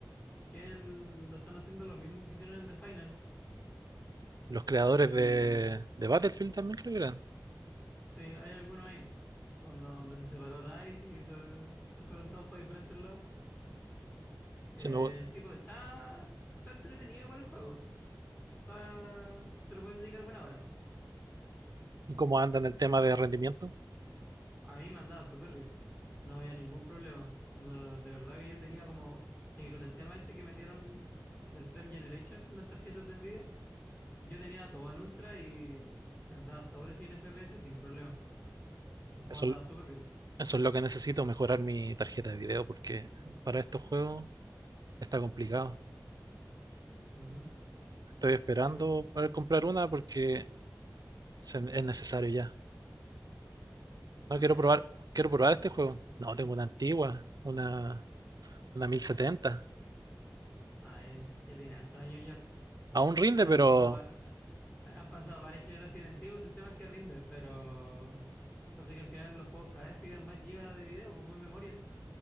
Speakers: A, on the left (about 25°); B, on the right (about 60°).
A: que el- lo están haciendo lo mismo que hicieron el de Finals.
B: Los creadores
A: Y
B: de, de Battlefield también creo que eran.
A: sí, hay algunos ahí, po, cuando, donde se separó DICE y se, se fueron todos para diferentes lados. Eh,
B: Se me, gu-
A: sí, pues está, está entretenido igual el juego. está- se le pueden dedicar buena hora.
B: cómo andan el tema de rendimiento.
A: A mí me andaba súper bien, no había ningún problema. Onda, de verdad que yo tenía como, y que con el tema este que metieron del Frame Generation en las tarjetas de Nvidia, yo tenía todo en ultra y andaba sobre 100 FPS sin problema. Un juego
B: Eso,
A: andaba súper bien.
B: eso es lo que necesito, mejorar mi tarjeta de video, porque para estos juegos está complicado.
A: Ujú.
B: Estoy esperando
A: Sí, po.
B: poder comprar una porque se- es necesario ya. No
A: ¿Cuál
B: quiero
A: tení?
B: probar, quiero probar este juego. No, tengo una antigua, una una setenta
A: Ah, ya, ya tiene hartos años ya.
B: Aún rinde,
A: Ya
B: pero,
A: han pasado, han pasado varias generaciones. Sí, pues el tema es que rinde, pero... Pasa que al final los juegos cada vez piden más gigas de video, pues más memoria.